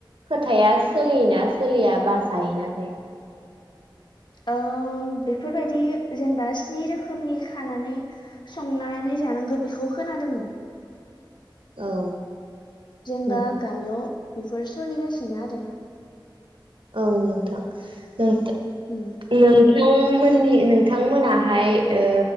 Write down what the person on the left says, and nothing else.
ओ बेफोरबायदि जेनेबा स्नि रोखोमनि खानानै संनानै जानांगो बेखौ खोनादों
जेनबा
गामियाव बेफोर सोलिगासिनो आरोना
उम